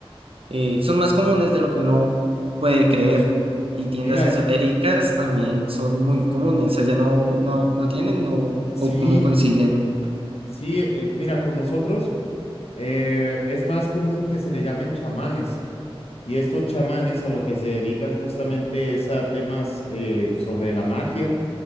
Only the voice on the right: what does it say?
eh, son más comunes de lo que uno puede creer. Y tiendas
esotéricas también son muy comunes. Allá no, no, no tienen, no,
o cómo consiguen.